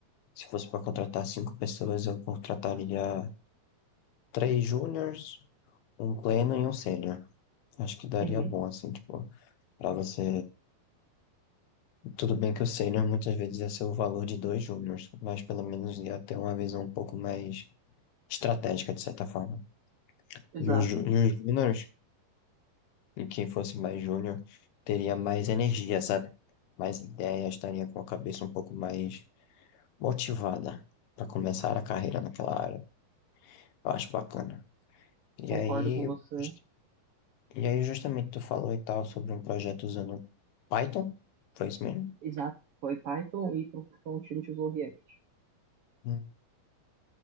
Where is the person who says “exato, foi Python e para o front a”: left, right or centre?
Right